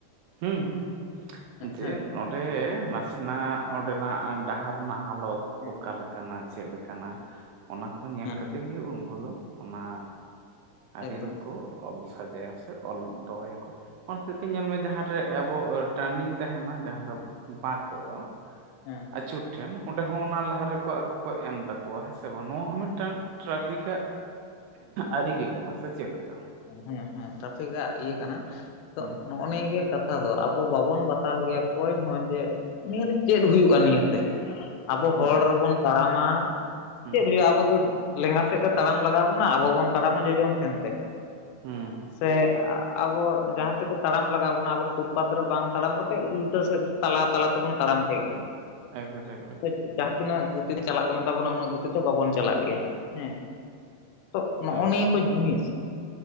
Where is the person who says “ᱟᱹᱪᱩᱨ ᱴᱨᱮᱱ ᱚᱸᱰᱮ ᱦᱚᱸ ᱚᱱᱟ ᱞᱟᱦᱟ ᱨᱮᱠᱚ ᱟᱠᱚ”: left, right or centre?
Right